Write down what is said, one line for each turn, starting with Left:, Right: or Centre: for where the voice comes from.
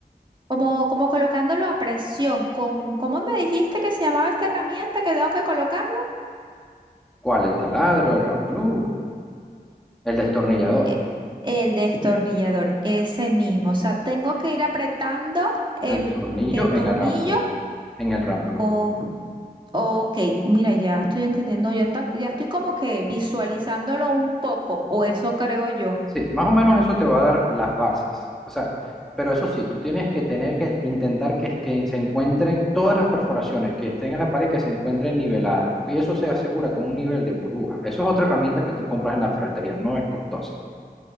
Right: Como, como colocándolo a presión, con, ¿cómo me dijiste que se llamaba esta herramienta que tengo que colocarlo?
Centre: ¿Cuál? El taladro, el ramplú, el destornillador,
Right: E- el destornillador, ese mismo. O sea, tengo que ir apretando el,
Centre: el tornillo
Right: el
Centre: en
Right: tornillo.
Centre: el ramplú, en el ramplú.
Right: Oh. Ok, mira, ya estoy entendiendo, ya está, ya estoy como que visualizándolo un poco, o eso creo yo.
Centre: Sí, más o menos eso te va a dar las bases. O sea, pero eso sí, tú tienes que tener que intentar que, que se encuentren todas las perforaciones que estén en la pared, que se encuentren niveladas. Y eso se asegura con un nivel de burbuja. Eso es otra herramienta que tú compras en la ferretería, no es costosa.